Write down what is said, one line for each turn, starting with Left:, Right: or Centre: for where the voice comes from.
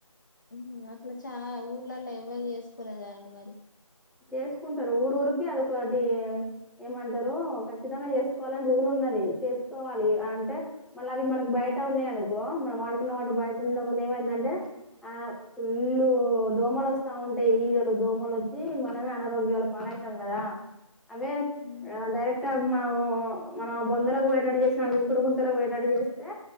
Left: ఉమ్ అట్లా చాలా ఊర్లలో ఎవ్వలు చేసుకోలేదా అండి మరి
Centre: చేసుకుంటారు ఊరు ఊరికి అదొకటి ఏమంటారు ఖచ్చితంగా చేసుకోవాలని రూల్ ఉన్నది చేసుకోవాలి అంటే మళ్ళ అవి మనకు బయట ఉన్నాయి అనుకో మనం ఆడుకున్న వాటి బయట ఉండ వల్ల ఏమైందంటే ఆ ఫుల్లు దోమలు వస్తా ఉంటాయి ఈగలు దోమలు ఈ ీ మనమే అనారోగ్యాల పాాలయితాం కదా అవే
Left: ఉమ్
Centre: డైరెక్ట్ మన మన బొంందలకు వోయేటట్టు చేసిన ఇంకుడు గుంతలకు వోయెటట్టు చేస్తే